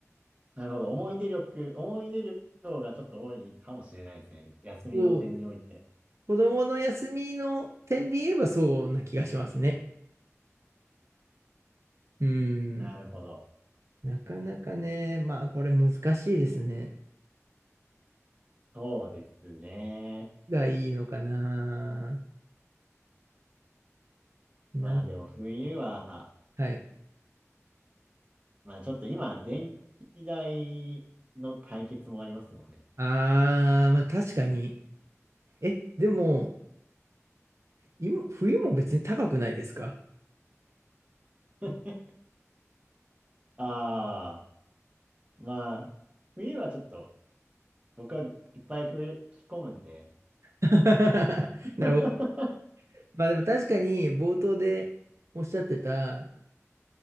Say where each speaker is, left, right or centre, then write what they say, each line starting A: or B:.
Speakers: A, on the right; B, on the right.
A: なるほど。思い出力、思い出力がちょっと多いかもしれないですね。休みの点において。
B: そう、子供の休みの点で言えばそうな気がしますね。うん、
A: なるほど。
B: なかなかね、まあこれ難しいですね。
A: そうですね。
B: がいいのかな。な、
A: まあでも冬は、
B: はい。
A: まあちょっと今、電気代の対決もありますもんね。
B: あー、まあ確かに。え、でも、今、冬も別に高くないですか
A: <laughs> ああ、まあ、冬はちょっと、僕はいっぱい冬着込むんで、
B: <laughs>
A: <laughs>
B: なるほど。まあでも確かに冒頭でおっしゃってた、